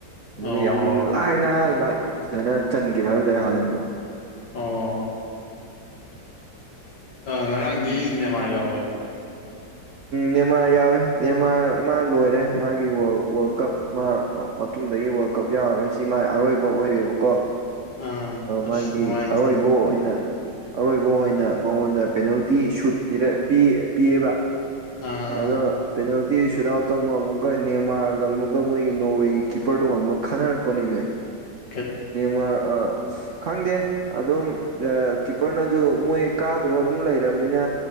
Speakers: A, on the left; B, on the right.
A: ꯑꯣ
B: ꯑꯗꯨꯅ ꯌꯥꯝ ꯂꯥꯏꯅ ꯁꯨꯃꯥꯏꯅ ꯆꯟꯈꯤꯕ ꯍꯥꯏꯕ ꯇꯥꯏ ꯍꯜꯂꯟꯗꯣ
A: ꯑꯣ ꯉꯔꯥꯡꯗꯤ ꯅꯦꯃꯥꯔ ꯌꯥꯎꯋꯦꯕ
B: ꯃꯦꯟꯃꯥꯔ ꯌꯥꯎꯋꯦ ꯃꯦꯟꯃꯥꯔ ꯃꯥ ꯂꯣꯏꯔꯦ ꯃꯥꯒꯤ ꯋꯥꯔꯜ ꯀꯞ ꯃꯥ ꯃꯇꯨꯡꯗꯒꯤ ꯋꯥꯔꯜ ꯀꯞ ꯌꯥꯎꯔꯣꯏꯁꯤ ꯃꯥꯏ ꯑꯔꯣꯏꯕ ꯑꯣꯏꯔꯦꯕꯀꯣ
A: ꯑꯥ ꯑꯁ
B: ꯃꯥꯒꯤ
A: ꯅꯨꯡꯉꯥꯏꯇꯦꯅꯦ
B: ꯑꯔꯣꯏꯕ ꯑꯣꯏꯅ ꯑꯔꯣꯏꯕ ꯑꯣꯏꯅ ꯃꯉꯣꯟꯗ ꯄꯦꯅꯥꯜꯇꯤ ꯁꯨꯠ ꯄꯤꯌꯦꯕ
A: ꯑꯥ ꯑꯥ
B: ꯑꯗꯣ ꯄꯦꯅꯥꯜꯇꯤ ꯁꯨꯠ ꯑꯥꯎꯠ ꯇꯧꯨ ꯑꯃꯨꯛꯀ ꯅꯦꯟꯃꯥꯔꯒ ꯑꯃꯨꯛꯀ ꯃꯣꯏꯒꯤ ꯅꯣꯔꯋꯦꯒꯤ ꯀꯤꯞꯄꯔꯗꯨꯃ ꯑꯃꯨꯛ ꯈꯟꯅꯔꯛꯄꯅꯦꯅꯦ
A: <inaudible>
B: ꯃ ꯑ ꯑ ꯈꯪꯗꯦ ꯑꯗꯨꯝ ꯀꯤꯞꯄꯔꯅꯁꯨ ꯃꯣꯏ ꯀꯥꯗ꯭ꯔꯣ ꯑꯗꯨꯝ ꯂꯩꯔꯕꯅꯤꯅ